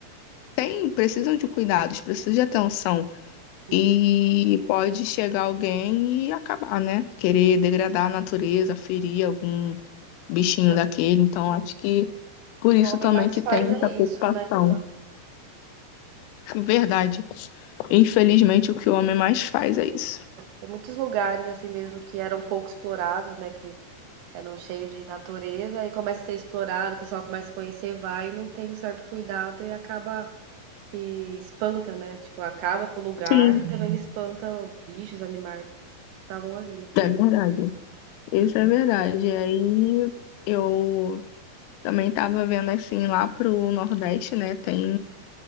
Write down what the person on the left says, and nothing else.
tem, precisam de cuidados, precisam de atenção.
E pode chegar alguém e acabar, né? Querer degradar a natureza, ferir algum bichinho
daquele.
Então, acho que por isso
também
que
tem
essa preocupação.
Verdade. Infelizmente, o que o homem mais faz é isso.
Sim.
É verdade. Isso é verdade. Aí eu também tava vendo assim lá pro Nordeste, né? Tem